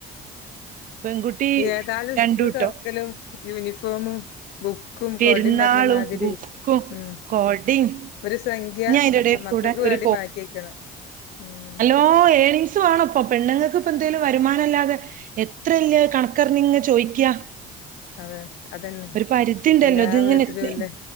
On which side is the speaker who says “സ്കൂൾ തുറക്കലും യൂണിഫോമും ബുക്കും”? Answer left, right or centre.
Left